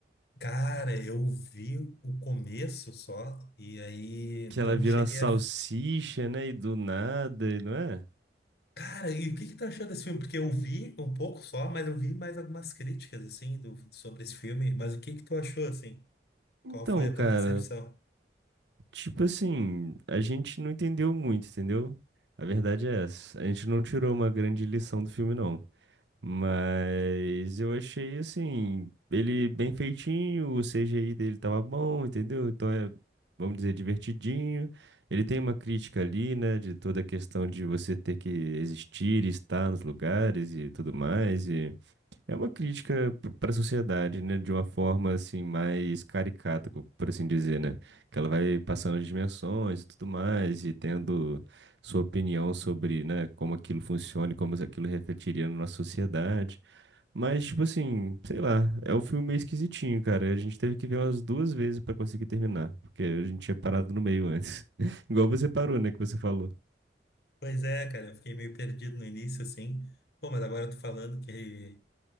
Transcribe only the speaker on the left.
Cara, eu vi o começo só e aí
não
cheguei
a.
Cara, e o que que tu achou desse filme? Porque eu vi um pouco só, mas eu vi mais algumas críticas assim do- sobre esse filme. Mas o que que tu achou assim?
Qual foi a
tua percepção?
Pois é, cara, eu fiquei meio perdido no início assim. Pô, mas agora eu tô falando que